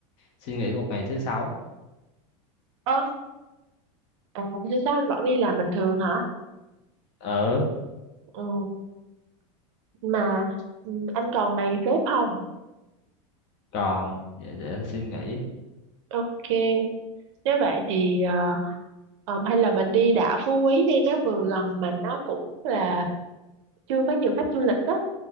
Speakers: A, on the left; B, on the right.
A: xin nghỉ một ngày thứ sáu.
B: Ơ, à, thứ sáu anh vẫn đi làm bình thường hả?
A: Ờ,
B: Ừ, mà ừ, anh còn ngày phép không?
A: còn vậy để anh xin nghỉ.
B: Ok, nếu vậy thì ờ, ờ, hay là mình đi đảo Phú Quý đi, nó vừa gần mà nó cũng là chưa có nhiều khách du lịch đó,